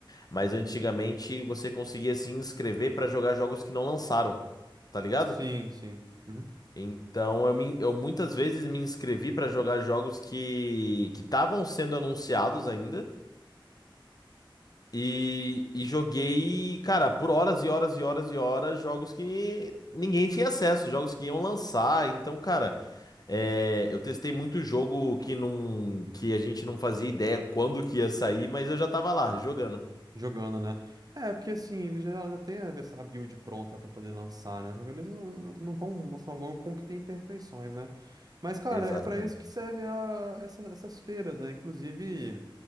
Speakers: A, on the left; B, on the right.
A: Mas antigamente
B: Hum.
A: você conseguia se inscrever pra jogar jogos que não lançaram, tá ligado?
B: Sim, sim. Uhum.
A: Então eu, me- eu muitas vezes me inscrevi pra jogar jogos que que estavam sendo anunciados ainda e, e joguei, cara, por horas e horas e horas e horas jogos que ninguém tinha acesso, jogos que iam lançar. Então, cara, É, eu testei muito jogo que não, que a gente não fazia ideia quando que ia sair, mas eu já tava lá jogando.
B: Jogando, né? É, porque assim, eles já, já têm a vers- a build pronta pra poder lançar, né? Só que eles não, não, não vão lançar um jogo com o que tem imperfeições, né? Mas, cara,
A: Exatamente.
B: é pra isso que serve a- essa- essas feiras, né? Inclusive,